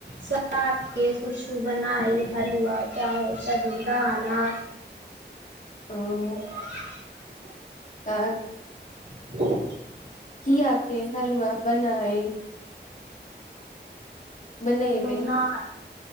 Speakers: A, on the right; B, on the left.
A: सात के कुछु बनाइ हलुआ चाहे सबुलदाना
B: ओ
A: <unintelligible>
B: तऽ
A: <inaudible>
B: किया के हलुआ बनाए बनेबै
A: बनाए